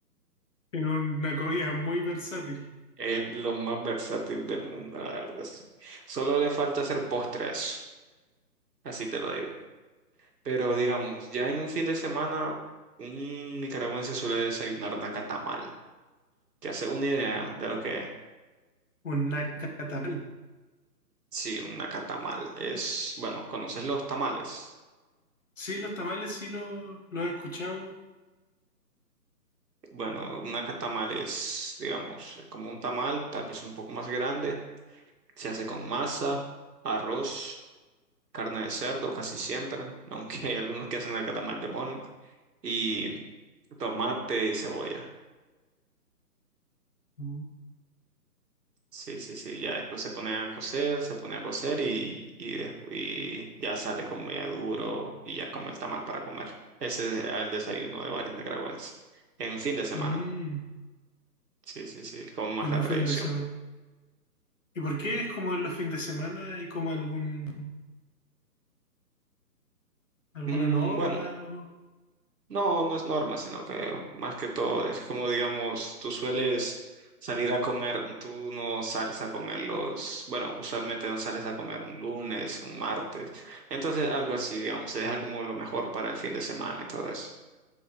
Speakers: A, on the left; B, on the right.
A: Es una comida muy versátil.
B: Es lo más versátil del mundo, la verdad. sí. Solo le falta hacer postres, así te lo digo. Pero digamos, ya en un fin de semana, un nicaragüense suele desayunar nacatamal. Que hace una idea de lo que es.
A: Un nacatamal.
B: Sí, una catamal es, bueno, ¿conoces los tamales?
A: Sí, los tamales sí los los he escuchado.
B: Bueno, una catamal es, digamos, es como un tamal, tal vez un poco más grande. Se hace con masa, arroz, carne de cerdo, casi siempre, <laughs> aunque hay algunos que hacen la catamal de mono, y tomate y cebolla.
A: <laughs>
B: Sí, sí, sí, ya después se pone a cocer, se pone a cocer y, y, des- y ya sale como ya duro y ya como el tamal para comer. Ese es el desayuno de varios nicaragüenses en fin de semana.
A: Mm,
B: Sí, sí, sí, es como más
A: en
B: la
A: un
B: tradición.
A: fin de semana. ¿Y por
B: sí.
A: qué es como en los fines de semana? ¿Hay como algún, alguna
B: Mm,
A: norma,
B: bueno,
A: algo?
B: no, no es norma, sino que más que todo es como, digamos, tú sueles salir a comer, tú no sales a comer los, bueno, usualmente no sales a comer un lunes, un martes, entonces algo así, digamos, se deja como lo mejor para el fin de semana y todo eso.